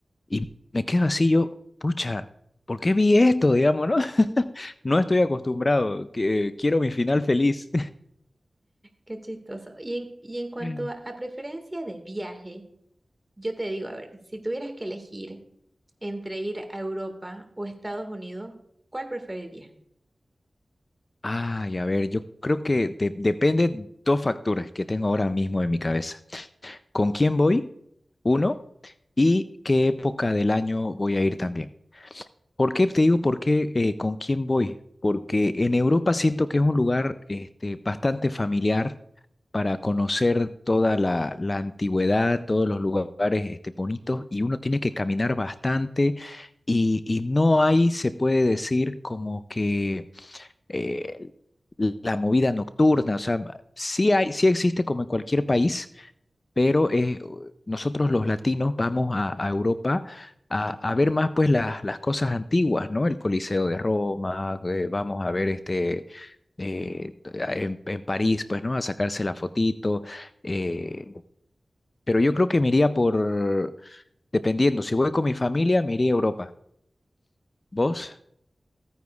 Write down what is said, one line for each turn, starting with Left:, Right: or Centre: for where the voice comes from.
Left: y me quedo así yo, pucha, ¿por qué vi esto, digamos, no? <laughs>
Right: Mm,
Left: No estoy acostumbrado, que- eh, quiero mi final feliz.
Right: Qué chistoso. Y en, y en cuanto
Left: <laughs>
Right: a, a preferencia de viaje, yo te digo, a ver, si tuvieras que elegir entre ir a Europa o Estados Unidos, ¿cuál preferiría?
Left: Ay, a ver, yo creo que de- depende dos factores que tengo ahora mismo en mi cabeza. ¿Con quién voy? Uno. ¿Y qué época del año voy a ir también? ¿Por qué te digo por qué eh, con quién voy? Porque en Europa siento que es un lugar este, bastante familiar para conocer toda la, la antigüedad, todos los lugares este, bonitos y uno tiene que caminar bastante y, y no hay, se puede decir, como que eh, la movida nocturna, o sea, sí hay, sí existe como en cualquier país, pero eh, nosotros los latinos vamos a, a Europa a, a, ver más pues las, las cosas antiguas, ¿no? El Coliseo de Roma, eh, vamos a ver este... eh, en, en París, pues, ¿no? A sacarse la fotito. eh, pero yo creo que me iría por, dependiendo, si voy con mi familia, me iría a Europa. ¿Vos?